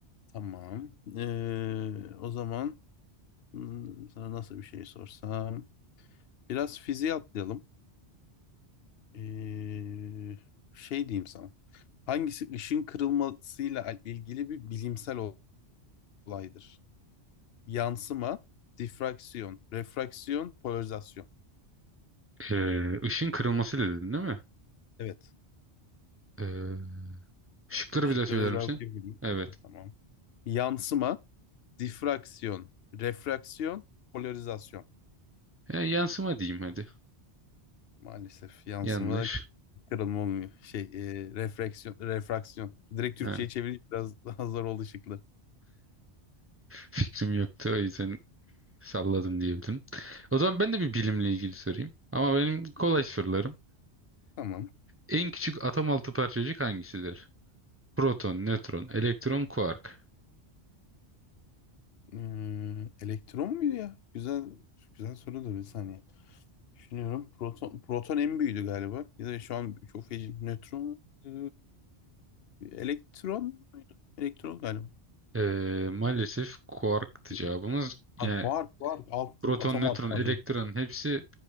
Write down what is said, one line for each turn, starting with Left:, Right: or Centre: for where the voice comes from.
Left: Tamam. Ee, o zaman hmm, sana nasıl bir şey sorsam? Biraz fiziğe atlayalım. Ee, şey diyeyim sana. Hangisi ışın kırılmasıyla al- ilgili bir bilimsel ol- olaydır? Yansıma, difraksiyon, refraksiyon, polarizasyon.
Right: Ee, ışın kırılması dedin değil mi?
Left: Evet.
Right: Ee, şıkları
Left: Şıkları
Right: bir daha söyler
Left: bir daha
Right: misin?
Left: okuyabilirim.
Right: Evet.
Left: Ha, Tamam. Yansıma, difraksiyon, refraksiyon, polarizasyon.
Right: Ya, yansıma diyeyim hadi.
Left: Maalesef yansıma
Right: Yanlış.
Left: k- kırılma olmuyor. Şey, e, refraksiyon, refraksiyon. Direkt Türkçe'ye
Right: Ha,
Left: çevirince biraz <laughs> daha zor oldu şıklar.
Right: fikrim yoktu o yüzden salladım diyebilirim. O zaman ben de bir bilimle ilgili sorayım. Ama benim kolay sorularım.
Left: Tamam.
Right: En küçük atom altı parçacık hangisidir? Proton, nötron, elektron, kuark.
Left: Hmm, elektron muydu ya? Güzel güzel soru da bir saniye. Düşünüyorum. Proton, proton en büyüğüydü galiba. Ya da şu an çok feci. Nötron mu? Ee, elektron muydu? Elektron galiba.
Right: Ee, maalesef kuarktı
Left: Değil.
Right: cevabımız.
Left: Ha,
Right: Yani
Left: kuark, kuark. Alt,
Right: proton,
Left: atom
Right: nötron,
Left: alt parçacık.
Right: elektron hepsi